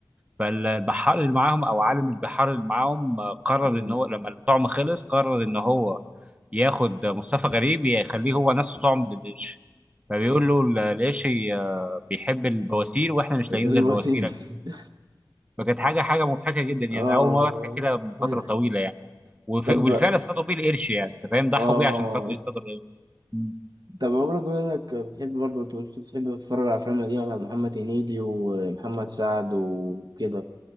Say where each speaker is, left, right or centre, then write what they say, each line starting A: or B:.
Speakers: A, on the right (about 20°); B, on the right (about 65°).
A: فالبحار اللي معاهم او عالم البحار اللي معاهم آه، قرر
B: أمم.
A: ان هو لما الطعم خلص قرر ان هو ياخد مصطفى غريب يخليه هو نفسه طعم للقرش فبيقول له ال- القرش آه، بيحب البواسير واحنا مش
B: بتحب
A: لاقيين غير
B: الوسيم
A: بواسيرك
B: <laughs>
A: فكانت حاجه حاجه مضحكه جدا يعني
B: اه
A: اول مره اضحك كده من
B: مم.
A: فتره طويله يعني وف-
B: طب
A: وبالفعل اصطادوا بيه القرش يعني انت فاهم ضحوا
B: اه
A: بيه عشان خاطر يصطادوا القرش مم.
B: طب عمرك بما انك بتحب برضه بتحب تتفرج على افلام قديمه بتاعت محمد هنيدي ومحمد سعد وكده